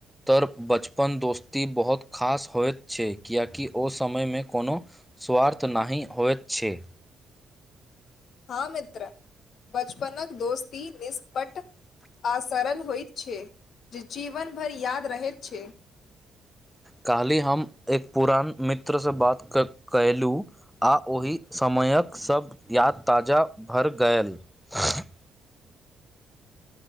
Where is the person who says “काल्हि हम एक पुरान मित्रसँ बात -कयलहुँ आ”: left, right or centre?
Centre